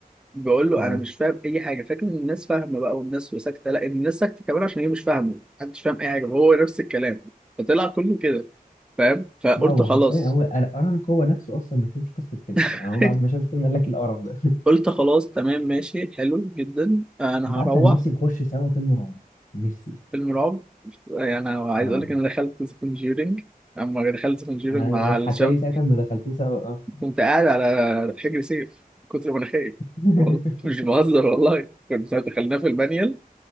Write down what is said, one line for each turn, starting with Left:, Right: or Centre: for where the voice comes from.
Centre: بقول له
Left: اه
Centre: انا مش فاهم اي حاجه فاكر ان الناس فاهمه بقى والناس ساكته لا الناس ساكته كمان عشان هي مش فاهمه محدش فاهم اي حاجه وهو نفس الكلام فطلع كله كده فاهم فقلت
Left: لا هو
Centre: خلاص
Left: حرفيا هو ارانك هو نفسه اصلا ما فهمش قصه الفيلم
Centre: <laughs>
Left: يعني هو بعد ما شاف الفيلم قال لك إيه القرف ده
Centre: قلت خلاص تمام ماشي حلو جدا
Left: <laughs>
Centre: انا
Left: انت عارف
Centre: هروح
Left: انا نفسي نخش سوا فيلم رعب نفسي
Centre: فيلم رعب يعني أنا عايز
Left: اه
Centre: اقول لك انا دخلت ذا كونجورينج اما دخلت ذا كونجورينج
Left: انا
Centre: مع
Left: اتحكى
Centre: الشباب
Left: لي ساعتها ما دخلتوه سوا اه
Centre: كنت قاعد على حجر سيف من كتر ما انا خايف
Left: <laughs>
Centre: والله مش بهزر والله كنت دخلنا في المانيال